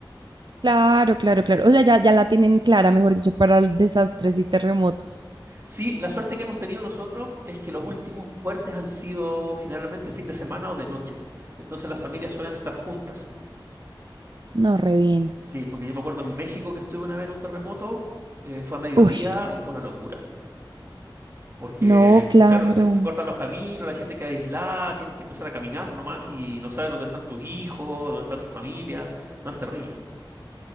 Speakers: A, on the right; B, on the right.
A: claro, claro, claro. O sea, ya, ya la tienen clara, mejor dicho, para desastres y terremotos.
B: Sí, la suerte que hemos tenido nosotros es que los últimos fuertes han sido generalmente fin de semana o de noche. Entonces las familias suelen estar juntas.
A: No, re bien.
B: Sí, porque yo me acuerdo en México que estuve una vez en un terremoto, eh, fue a mediodía
A: Uy,
B: y fue una locura. Porque,
A: no, claro.
B: claro, se, se cortan los caminos, la gente queda aislada, tienes que empezar a caminar nomás y no sabes dónde están tus hijos, dónde está tu familia. No, es terrible.